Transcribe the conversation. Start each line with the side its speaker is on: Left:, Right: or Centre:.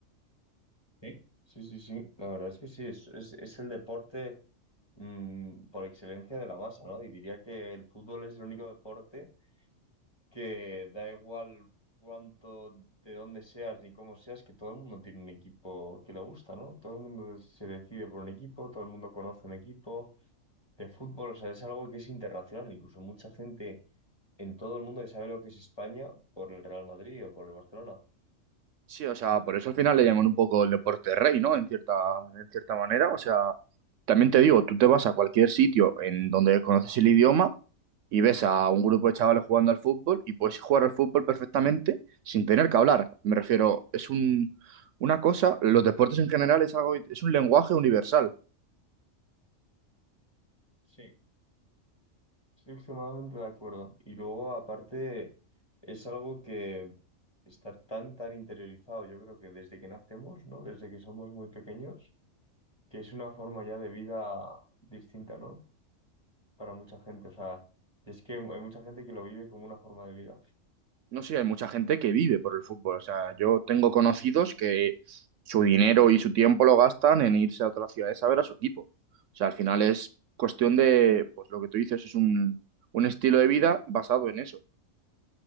Left: sí, sí, sí, sí. La verdad es que sí, es, es- es el deporte mm, por excelencia de la masa, ¿no? Y diría que el fútbol es el único deporte que da igual cuánto, de dónde seas ni cómo seas, que todo el mundo tiene un equipo que le gusta, ¿no? Todo el mundo se decide por un equipo, todo el mundo conoce un equipo de fútbol, o sea, es algo que es internacional, incluso mucha gente en todo el mundo que sabe lo que es España por el Real Madrid o por el Barcelona.
Right: Sí, o sea, por eso al final le llaman un poco el deporte rey, ¿no? En cierta, en cierta manera. O sea, también te digo, tú te vas a cualquier sitio en donde conoces el idioma y ves a un grupo de chavales jugando al fútbol y puedes jugar al fútbol perfectamente sin tener que hablar. Me refiero, es un, una cosa, los deportes en general es algo, es un lenguaje universal.
Left: Sí. Estoy extremadamente de acuerdo. Y luego, aparte, es algo que está tan, tan interiorizado, yo creo que desde que nacemos, ¿no? Desde que somos muy pequeños, que es una forma ya de vida distinta, ¿no? Para mucha gente. O sea, y es que hay mucha gente que lo vive como una forma de vida.
Right: No sé, hay mucha gente que vive por el fútbol. O sea, yo tengo conocidos que su dinero y su tiempo lo gastan en irse a otras ciudades a ver a su equipo. O sea, al final es cuestión de, pues lo que tú dices, es un, un estilo de vida basado en eso.